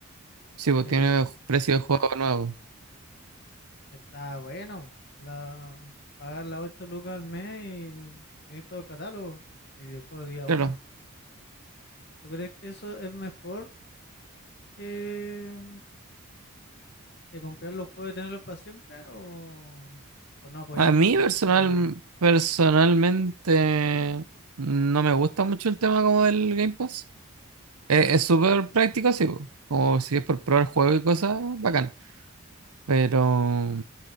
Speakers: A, on the right; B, on the left.
A: sí, pues
B: eh,
A: tiene ju- precio de juego nuevo.
B: está bueno la, pagar las 8 lucas al mes y tener todo el catálogo y el juego día
A: Claro,
B: uno. ¿Tú crees que eso es mejor que, de comprar los juegos y tenerlos para siempre o, o no apoyé
A: a mí
B: mucho
A: personal,
B: el estado de-
A: personalmente no me gusta mucho el tema como del Game Pass. Eh, es súper práctico, sí, pues, como si es por probar juegos y cosas, bacán. Pero